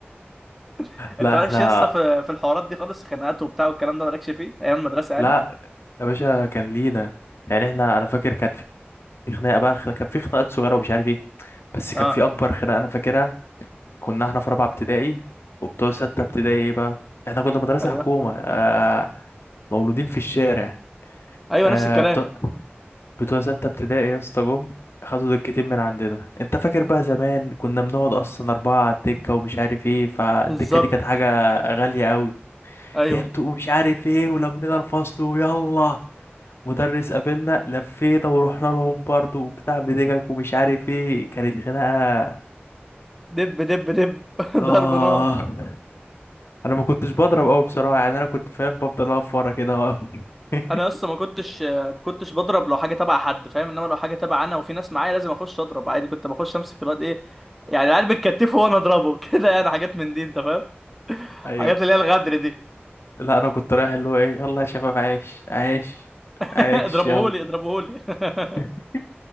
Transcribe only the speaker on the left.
لا
احنا
لا يا باشا كان لينا يعني احنا انا فاكر كانت في خناقه بقى خناقة كان في خناقات صغيره ومش عارف ايه بس كان
في اكبر خناقه انا فاكرها كنا احنا في رابعه ابتدائي وبتوع سته ابتدائي ايه بقى احنا كنا مدرسه
حكومه آه مولودين في الشارع
آه
بتوع بتوع سته ابتدائي يا اسطى جم خدوا دكتين من عندنا انت فاكر بقى زمان كنا بنقعد اصلا اربعه على الدكه ومش عارف ايه فالدكه
دي كانت حاجه غاليه قوي
انتوا مش عارف ايه ولمينا الفصل ويلا مدرس قابلنا لفينا ورحنا لهم برضو وبتاع بدقك ومش عارف ايه كانت خناقة
اه
انا ما كنتش بضرب قوي بصراحة يعني انا كنت فاهم بفضل اقف ورا كده واقف <laughs>
ايوه
لا انا كنت رايح اللي هو ايه يلا يا شباب عايش عايش
عايش
يلا
<laughs>